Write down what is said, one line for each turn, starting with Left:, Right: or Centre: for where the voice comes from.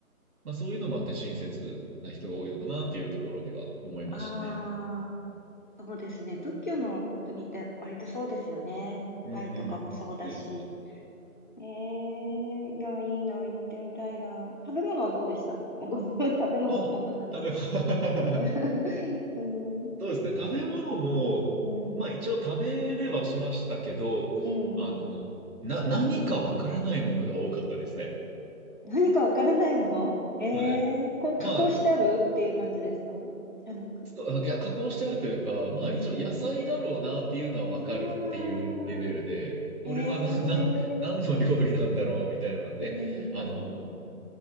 Right: まあそういうのもあって親切な人が多いのかなっていうところでは思いましたね。
Left: ああ、そうですね。仏教の国って割とそうですよね。
Right: うんうんうん。
Left: タイとかもそうだし。
Right: そうです、そうです。
Left: ええいや、いいな、行ってみたいな。食べ物はどうでしたもうごめん食べ物の話。
Right: あ、食べ物
Left: <laughs>
Right: <laughs>
Left: うん、
Right: そうですね。食べ物も、
Left: うん、
Right: まあ一応食べれはしましたけど、
Left: うん。
Right: あの、な、何かわからないものが多かったですね。
Left: 何かわからないものえ
Right: はい。
Left: えこう加工してあるっていう感じですか
Right: まあ
Left: じゃなく。
Right: とあいや加工してあるというか、まあ一応野菜だろうなっていうのはわかるっていうレベルで、
Left: うん。ああ、へえ、
Right: これはな、な、何の料理なんだろうみたいなので、
Left: うん、うん、
Right: あの、
Left: うん。